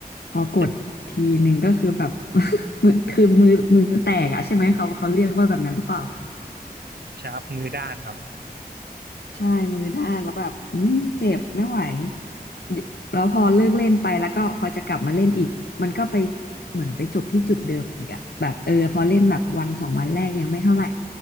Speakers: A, on the left; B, on the right.
A: พอกดทีหนึ่งก็คือแบบ
B: เป็น
A: <laughs> มือคือมือมือแตกอ่ะใช่ไหมเขาเขาเรียกว่าแบบนั้นหรือเปล่า
B: ชาร์ปมือด้านครับ
A: ใช่มือด้านแล้วแบบอืมเจ็บไม่ไหวเยแล้วพอเลิกเล่นไปแล้วก็พอจะกลับมาเล่นอีกมันก็ไปเหมือนไปจบที่จุดเดิมอีกอะแบบเออพอเล่นแบบวันสองวันแรกยังไม่เท่าไหร่